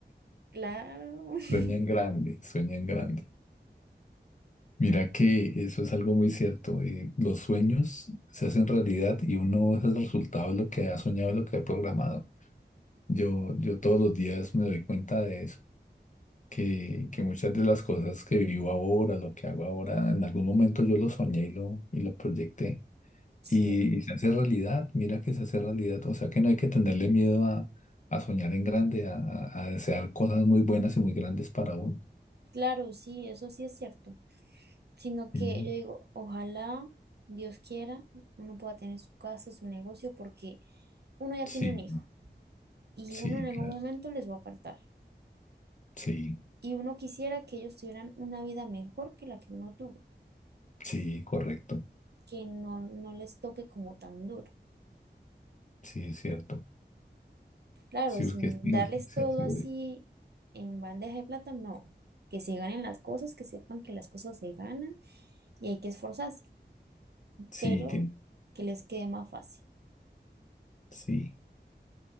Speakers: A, on the right (about 65°); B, on the left (about 45°).
A: <laughs> claro. <laughs>
B: Sueña en grande, sueña en grande. Mira que eso es algo muy cierto. eh, los sueños se hacen realidad y uno es el resultado de lo que ha soñado, y lo que ha programado. Yo, yo todos los días me doy cuenta de eso, que, que muchas de las cosas que vivo ahora, lo que hago ahora, en algún momento yo lo soñé y lo, y lo proyecté.
A: Sí.
B: Y, y se hace realidad, mira que se hace realidad. O sea que no hay que tenerle miedo a, a soñar en grande, a, a- a desear cosas muy buenas y muy grandes para uno.
A: Claro, sí, eso sí es cierto. Sino que
B: Mm,
A: yo digo, ojalá Dios quiera, uno pueda tener su casa, su negocio, porque uno ya
B: Sí,
A: tiene un hijo y
B: sí,
A: uno en algún
B: claro.
A: momento les va a faltar.
B: Sí,
A: Y uno quisiera que ellos tuvieran una vida mejor que la que uno tuvo,
B: sí, correcto.
A: que no, no les toque como tan duro.
B: Sí, es cierto.
A: Claro,
B: Sí,
A: sin
B: porque sí,
A: darles
B: sí,
A: todo
B: sí,
A: así en bandeja de plata, no. Que se ganen las cosas, que sepan que las cosas se ganan y hay que esforzarse,
B: sí,
A: pero
B: tien-
A: que les quede más fácil.
B: sí.